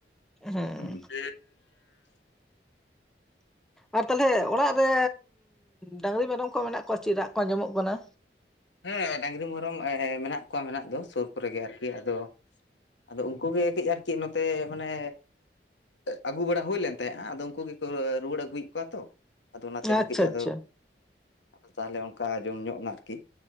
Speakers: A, in the centre; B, on the left.
A: ᱦᱮᱸ
B: ᱦᱳᱭ᱾
A: ᱟᱨ ᱛᱟᱦᱞᱮ ᱚᱲᱟᱜ ᱨᱮ ᱰᱟᱹᱝᱨᱤ ᱢᱮᱨᱚᱢ ᱠᱚ ᱢᱮᱱᱟᱜ ᱠᱚᱣᱟ? ᱪᱮᱫ ᱨᱟᱜ ᱠᱚ ᱟᱸᱡᱚᱢ ᱚᱜ ᱠᱟᱱᱟ᱾
B: ᱦᱮᱸ ᱰᱟᱹᱝᱨᱤ ᱢᱮᱨᱚᱢ ᱢᱮᱱᱟᱜ ᱠᱚᱣᱟ ᱢᱮᱱᱟᱜ ᱫᱚ ᱥᱳᱨ ᱠᱚ ᱨᱮ ᱜᱮ᱾ ᱟᱨ ᱠᱤ ᱟᱫᱚ ᱟᱫᱚ ᱩᱱᱠᱩ ᱜᱮ ᱠᱟᱹᱡ ᱟᱨ ᱠᱤ ᱱᱚᱛᱮ ᱢᱟᱱᱮ ᱟᱹᱜᱩ ᱵᱟᱲᱟ ᱦᱩᱭ ᱞᱮᱱ ᱛᱟᱦᱮᱸᱜᱼᱟ᱾ ᱟᱫᱚ ᱩᱱᱠᱩ ᱜᱮ ᱠᱚ ᱨᱩᱣᱟᱹᱲ ᱟᱹᱜᱩᱭᱮᱜ ᱠᱚᱣᱟ ᱛᱚ᱾ ᱟᱫᱚ ᱚᱱᱟ ᱛᱮ
A: ᱟᱪᱪᱷᱟ
B: ᱠᱟᱹᱡ
A: ᱟᱪᱪᱷᱟ
B: ᱟᱫᱚ ᱟᱫᱚ ᱛᱟᱦᱞᱮ ᱚᱱᱠᱟ ᱟᱸᱡᱚᱢ ᱧᱚᱜ ᱱᱟ ᱟᱨᱠᱤ